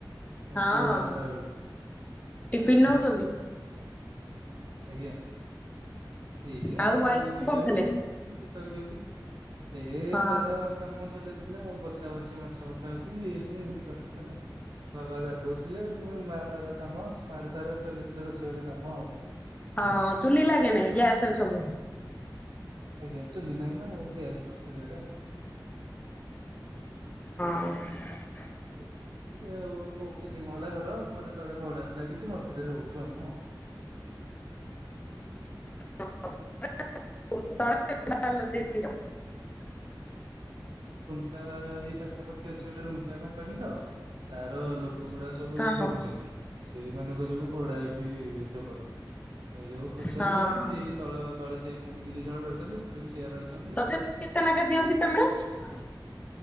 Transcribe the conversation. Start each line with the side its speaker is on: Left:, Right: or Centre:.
Left: ହଁ
Right: ଆସିବୁ ବାରଟା ବେଳୁକୁ
Left: ଟିଫିନ
Right: ଦେଖିଆ
Left: ନଉଛନ୍ତି?
Right: ଆଜ୍ଞା ଏଇଆ
Left: ଆଉ
Right: ଆପେଲ
Left: ୱାଇଫ କଣ
Right: ଟିକେନୁ
Left: କରୁଥିଲେ?
Right: କେତେବେଳେ କେମିତି ସେଆ
Left: ହଁ
Right: ତାର କାମ ଚଲେଇଥିଲା ଆଉ କିଛି ଦା ବଛି ମାଛ ବଛା ବଛି ସେ ଏମତି କରିଥିଲା। ବାବା ଗାଧଉଥିଲେ ମା ତାର କାମ ମାର ତାର ଚଲିଥିଲେ ରୋଷେଇ ଘରେ କାମ ଆଉ।
Left: ହଁ ଚୁଲି ଲାଗେ ନାଇଁ ଗ୍ୟାସରେ ସବୁ
Right: ଆଜ୍ଞା ଚୁଲି ନାଇ ତ ଗ୍ୟାସ୍ ତ ସରିଆଟା।
Left: <inaudible>
Right: <unintelligible> ଆଉ ଗୋତେ ତିନି ମହଲା ଘର ଉପରେ ତଳେ ଭଡା ଲାଗିଛି ମଝିରେ ରହୁଛୁ ଆମେ ଆଉ।
Left: <unintelligible>
Right: ଏଟା ଏ ପାଖାପାଖି ଅଛି ଗୋଟେ ରୁମ୍ଟା କମ୍ପାନୀ ତ ତାର ଲୋ କଗୁଡା ସବୁ
Left: ହଁ
Right: ଏଇଠି
Left: ହୁଁ
Right: ରହୁଛନ୍ତି ସେଇମାନଙ୍କ ଯୋଗୁଁ ଭଡା ଏଇଠି ଜବର। ଏଇ ଯୋଉ ଖୋଜୁଛନ୍ତି
Left: ହଁ
Right: ସେମାନେ ସେଇ ତଳ ତଳେ ସେଇ ଫ୍ୟାମିଲି ଦି ଜଣ ରହିଛନ୍ତି ଉପରେ ବି ସେଇଆ ରହିଛନ୍ତି
Left: ତଥାପି
Right: ଆଉ।
Left: କେତେ ନାଖେ ଦିଅନ୍ତି ପେମେଣ୍ଟ?